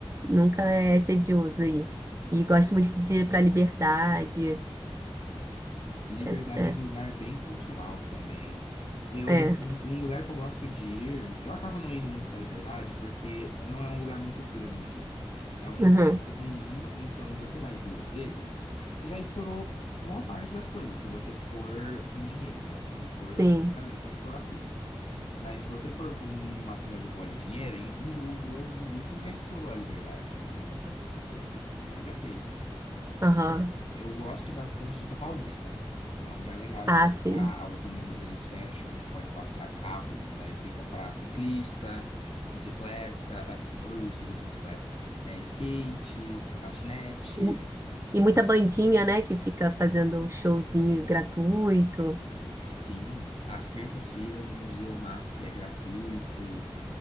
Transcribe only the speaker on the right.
Nunca é tedioso aí. E gosto muito de ir pra liberdade.
Es- es-
É,
uhum,
sim,
aham,
Ah,
sim.
E, mu- e muita bandinha, né, que fica fazendo showzinho gratuito.